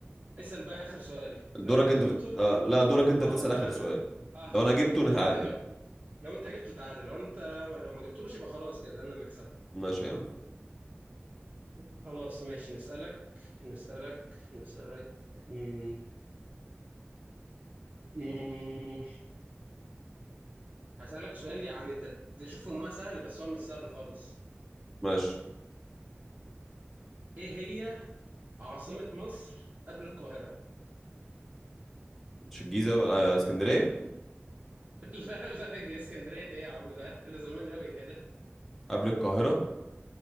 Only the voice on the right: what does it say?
اسال بقى اخر سؤال
لو انا
جاوبته
اه
دور
انا اه
لو انت جو... لو انت جبته تعادل لو انت لو ما جبتوش يبقى خلاص كده انا اللي كسبت
خلاص ماشي نسالك نسالك نسالك مم. مم. هسألك سؤال يعني انت تشوفه ان هو سهل بس هو مش سهل خالص
ايه هي عاصمة مصر قبل القاهرة
<laughs> لا لا يا اسكندرية ايه يا عم ده ده زمان قوي كده